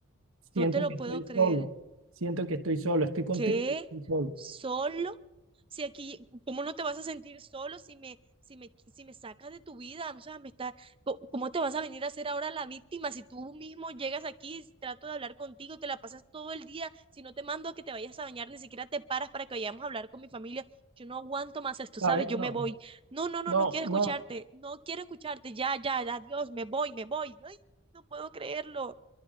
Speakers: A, on the right (about 60°); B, on the right (about 25°).
A: Siento
B: no te lo
A: que estoy
B: puedo creer.
A: solo, siento que estoy solo, estoy contigo,
B: ¿Qué?
A: y estoy solo.
B: ¿Solo? Si aquí, ¿cómo no te vas a sentir solo si me, si me, si me sacas de tu vida? O sea, me está, co- ¿cómo te vas a venir a hacer ahora la víctima si tú mismo llegas aquí, trato de hablar contigo, te la pasas todo el día, si no te mando a que te vayas a bañar, ni siquiera te paras para que vayamos a hablar con mi familia, yo no aguanto más esto,
A: ¿Sabes?
B: ¿sabes? Yo
A: No,
B: me voy. No, no, no,
A: no,
B: no quiero
A: no.
B: escucharte, no quiero escucharte, ya, ya, ya, adiós, me voy, me voy. Ay, no puedo creerlo.